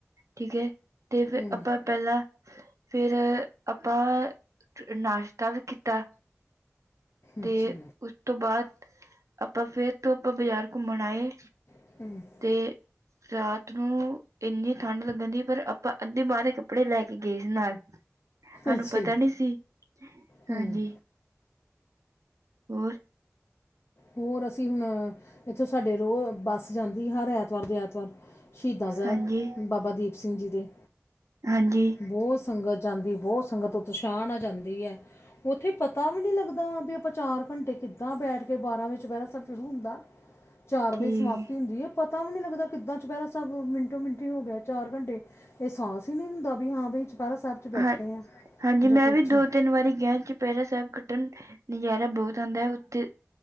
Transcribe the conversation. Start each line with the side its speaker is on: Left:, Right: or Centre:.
Right: ਠੀਕ ਹੈ ਤੇ ਫਿਰ
Left: ਹੂੰ
Right: ਆਪਾਂ ਪਹਿਲਾਂ ਫਿਰ ਆਪਾਂ ਨਾਸ਼ਤਾ ਵੀ ਕੀਤਾ, ਤੇ
Left: ਅੱਛਾ
Right: ਉਸ ਉਸ ਤੋਂ ਬਾਦ ਆਪਾਂ ਫੇਰ ਤੋਂ ਆਪਾਂ ਬਾਜ਼ਾਰ ਘੁੰਮਣ ਆਏ
Left: <unintelligible>
Right: ਤੇ ਰਾਤ ਨੂੰ ਇੰਨੀ ਠੰਢ ਲੱਗਣ ਦੀ ਪਰ ਆਪਾਂ ਅੱਧੀ <unintelligible> ਕੱਪੜੇ ਲੈ ਕੇ ਗਏ ਸੀ ਨਾਲ। ਸਾਨੂੰ
Left: ਅੱਛਾ
Right: ਪਤਾ
Left: ਜੀ
Right: ਨੀ ਸੀ।
Left: ਹੂੰ
Right: ਹਾਂਜੀ ਹੋਰ?
Left: ਹੋਰ ਅਸੀਂ ਹੁਣ ਇੱਥੋਂ ਸਾਡੇ ਰੋਜ਼ ਬੱਸ ਜਾਂਦੀ ਹਰ ਐਤਵਾਰ ਦੇ ਐਤਵਾਰ। ਸ਼ਹੀਦਾਂ ਸਾਹਿਬ
Right: ਹਾਂਜੀ
Left: ਬਾਬਾ ਦੀਪ ਸਿੰਘ ਜੀ ਦੇ।
Right: ਹਾਂਜੀ।
Left: ਬਹੁਤ ਸੰਗਤ ਜਾਂਦੀ ਬਹੁਤ ਸੰਗਤ ਉਤਸ਼ਾਹ ਨਾਲ ਜਾਂਦੀ ਹੈ। ਉੱਥੇ ਪਤਾ ਵੀ ਨੀ ਲੱਗਦਾ ਬਈ ਆਪਾਂ ਚਾਰ ਘੰਟੇ ਕਿੱਦਾਂ ਬੈਠ ਤੇ ਬਾਰਾਂ ਵਜੇ ਦੁਪਹਿਰਾ ਸਾਬ ਸ਼ੁਰੂ ਹੁੰਦਾ ਚਾਰ
Right: ਠੀਕ
Left: ਵਜੇ ਸਮਾਪਤੀ ਹੁੰਦੀ ਏ। ਪਤਾ ਵੀ ਨੀ ਲੱਗਦਾ ਕਿੱਦਾਂ ਦੁਪਹਿਰਾ ਸਹਿਬ ਮਿੰਟੋ ਮਿੰਟੀ ਹੋ ਗਿਆ ਚਾਰ ਘੰਟੇ ਅਹਸਾਸ ਹੀ ਨਹੀਂ ਹੁੰਦਾ ਬਈ ਹਾਂ ਬਈ ਚੁਪਹਿਰਾ ਸਾਹਿਬ 'ਚ ਬੈਠੇ
Right: ਹਾਂ
Left: ਆ
Right: ਹਾਂਜੀ
Left: ਜਾਂ
Right: ਮੈਂ
Left: ਕੁਛ
Right: ਵੀ ਦੋ ਤਿੰਨ ਵਾਰੀ ਗਿਆ ਚੁਪਹਿਰਾ ਸਹਿਬ ਕੱਟਣ ਨਜ਼ਾਰਾ ਬਹੁਤ ਆਂਦਾ ਹੈ ਉੱਥੇ